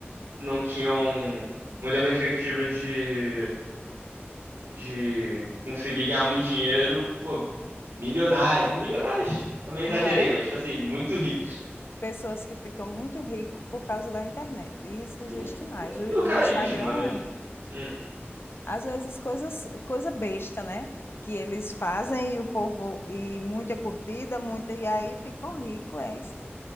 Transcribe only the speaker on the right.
não tinham muita perspectiva de, de conseguir ganhar muito dinheiro. Pô, milionários. Milionários também exagerei,
mas, tipo assim, muito ricos.
Uhum,
No carisma,
Hum.